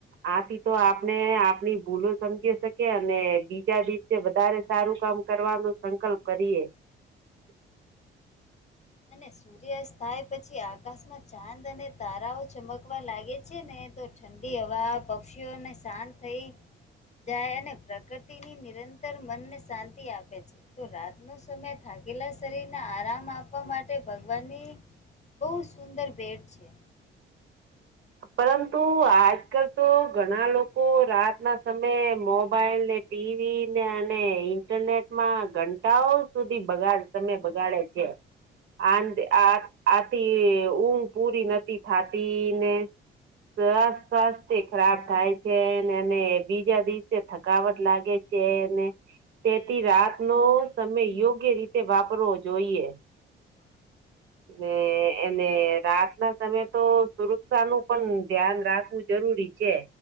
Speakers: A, on the right; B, on the left.
A: આથી તો આપણે આપની ભૂલો સમજી શકી અને બીજા દિવસે. વધારે સારું કામ કરવાનો સંકલ્પ કરીએ
B: અને સૂર્યાસ્ત થાય પછી આકાશમાં ચાંદ અને તારાઓ. ચમકવા લાગે છે ને તો ઠંડી હવા પક્ષીઓને શાંત થઈ. જાય અને પ્રકૃતિની નિરંતર મનને શાંતિ આપે છે. તો રાતનો સમય થાકેલા શરીરને આરામ આપ. આપવા માટે ભગવાનની બહ સુંદર ભેટ છે.
A: પરંતુ આજ કલ તો ઘણા લોકો રાત ના સમયે મોબાઈલ ને. ટીવી ને અને ઇન્ટરનેટમાં ઘંટાઓ સુધી બગાડ <unintelligible> બગાડે છે. આ આ આથી ઊંઘ પૂરી નથી થતી ને સરસ સ્વાસ્થ્ય ખરાબ થાય છે એને બીજા દિવસે થકાવટ લાગે છે. ને તેથી રાતનો સમય યોગ્ય રીતે વાપ વાપરવો જઈએ.
B: <inaudible>
A: ને એને રાત ના સમયે તો સુરક્ષા નું પણ ધ્યાન રાખવું જરૂરી